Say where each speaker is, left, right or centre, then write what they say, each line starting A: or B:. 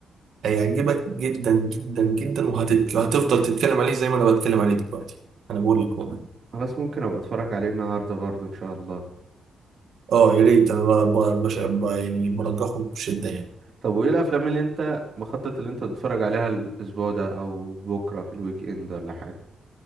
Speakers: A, on the right (about 70°); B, on the right (about 50°).
A: هيعجبك جدا جدا جدا وهتت... وهتفضل تتكلم عليه زي ما انا بتكلم عليه دلوقتي انا بقول لك والله
B: خلاص ممكن ابقى اتفرج عليه النهارده برضو ان شاء الله
A: اه يا ريت انا بقى بقى بش- بقى يعني برجحه بشدة يعني
B: طب وايه الافلام اللي انت مخطط اللي انت تتفرج عليها الاسبوع ده او بكره في الويك اند ولا حاجه